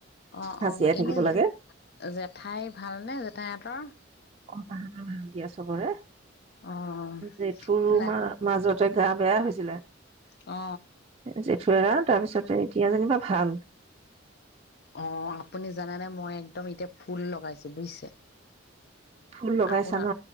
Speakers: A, on the left; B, on the right.
A: অ
B: হাঁচিয়াই
A: অ
B: থাকিব
A: এনে
B: লাগে
A: জেঠাই ভালনে জেঠাই তেহেতৰ
B: অ তাহাঁতৰ ভাল দিয়া চবৰে
A: অ'
B: জেঠুৰ
A: না
B: মা মাজতে গা বেয়া হৈছিলে
A: অ
B: জেঠু তাৰপিছতে এতিয়া যেনিবা ভাল
A: অ আপুনি জানেনেে মই একদম এতিয়া ফুল লগাইছো বুজিছে
B: ফুল লগাইছা
A: আপোনাৰ
B: ন